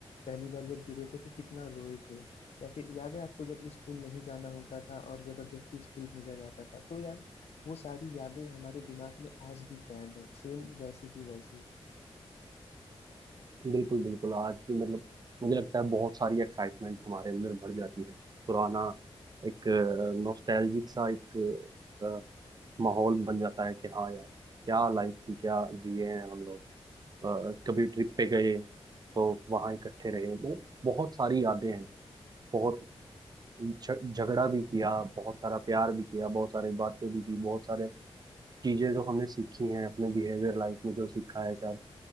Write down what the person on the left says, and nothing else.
पहली बार जब गिरे थे तो कितना रोए थे या फिर याद है आपको जब स्कूल नहीं जाना होता था और जबरदस्ती स्कूल भेजा जाता था तो यार वो सारी यादें हमारे दिमाग में आज भी कैद है सेम वैसी की वैसी